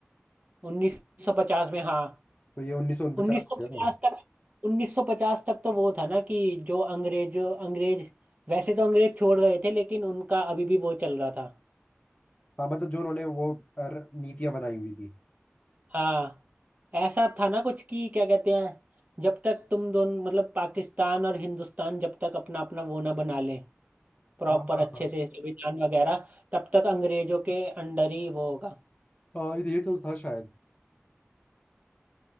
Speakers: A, on the right; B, on the left.
A: उन्नीस सौ पचास में हाँ
B: तो ये उन्नीस सौ उनपचास
A: उन्नीस
B: हो
A: सौ
B: गया
A: पचास
B: ना
A: तक उन्नीस सौ पचास तक तो वो था ना कि जो अंग्रेज अंग्रेज वैसे तो अंग्रेज छोड़ गए थे लेकिन उनका अभी भी वो चल रहा था
B: हाँ मतलब जो उन्होंने वो अर, नीतियां बनाई हुई थी
A: हाँ ऐसा था ना कुछ कि क्या कहते हैं जब तक तुम दोनों मतलब पाकिस्तान और हिंदुस्तान जब तक अपना अपना वो ना बना लें प्रॉपर
B: हाँ हाँ
A: अच्छे
B: हाँ
A: से संविधान वगैरह तब तक अंग्रेजों के अंडर ही वो होगा
B: हाँ ये तो था शायद